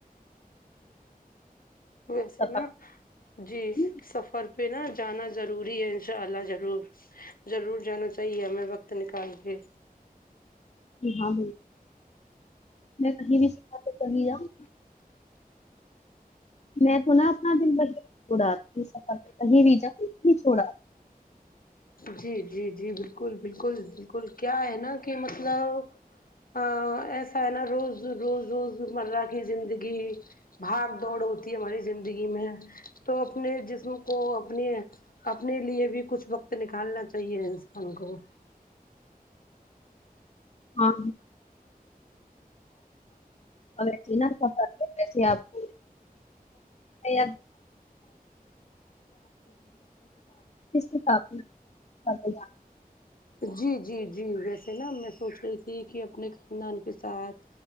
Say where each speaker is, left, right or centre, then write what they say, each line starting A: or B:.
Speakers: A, on the left; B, on the left.
A: ویسے
B: سفر
A: نا جی
B: پہ
A: سفر پہ نا جانا ضروری ہے ان شاء اللہ ضرور ضرور جانا چاہیے ہمیں وقت نکال کے
B: جی ہاں بالکل میں کہیں بھی <unintelligible> میں تو نا اپنا دل وہی چھڑاتی ہوں سفر کہیں بھی جا نہیں چھوڑا
A: جی جی جی بالکل بالکل بالکل کیا ہے نا کہ مطلب ہ ایسا ہے نا روز روز روز مرہ کی زندگی بھاگ دوڑ ہوتی ہے ہماری زندگی میں تو اپنے جسم کو اپنی اپنے لیے بھی کچھ وقت نکالنا چاہیے انسان کو
B: ہاں اور ویسے نا سفر ویسے آپ کو یا <inaudible>
A: جی جی جی ویسے نا میں سونچ رہی تھی کہ اپنے خاندان کے ساتھ